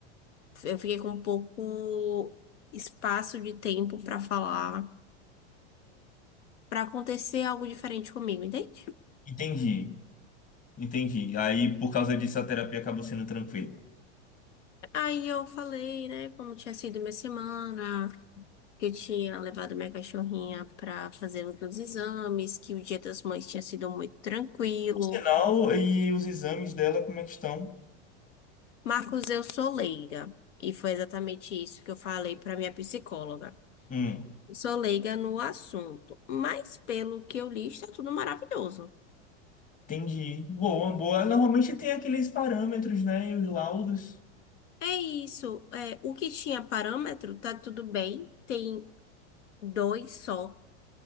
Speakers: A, on the left (about 85°); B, on the left (about 25°).
A: eu fiquei com pouco espaço de tempo pra falar, pra acontecer algo diferente comigo, entende?
B: Entendi. Entendi. Aí, por causa disso, a terapia acabou sendo tranquila.
A: Aí eu falei, né, como tinha sido minha semana, que eu tinha levado minha cachorrinha pra fazer os meus exames, que o Dia das Mães tinha sido muito tranquilo.
B: Por sinal, e os exames dela, como é que estão?
A: Marcos, eu sou leiga, e foi exatamente isso que eu falei pra minha psicóloga.
B: Hum.
A: Sou leiga no assunto, mas pelo que eu li, está tudo maravilhoso.
B: Entendi. Boa, boa. Normalmente tem aqueles parâmetros, né? E os laudos.
A: É isso. É, o que tinha parâmetro tá tudo bem. Tem dois só